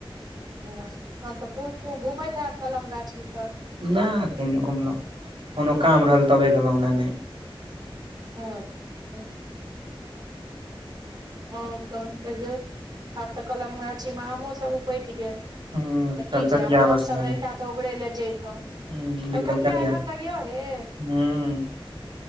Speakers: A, on the right; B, on the right.
A: हँ तहन तऽ खूब खूब घुमैत हयब कलम गाछी सब
B: नहि एते नहि घुमलहुँ कोनो काम रहल तबे गेलहुँ ओना नहि
A: अच्छा हँ तहन कहियौ आब तऽ कलम गाछी मे आमो सब उपटि गेल
B: हूँ
A: तऽ की
B: कलकतिया
A: जायब आम
B: बस
A: सभ
B: लागल
A: रहिता तऽ उगड़ै लए जैतहुँ
B: हूँ
A: कलकतिया एखन
B: हूँ
A: तक य हे
B: हँ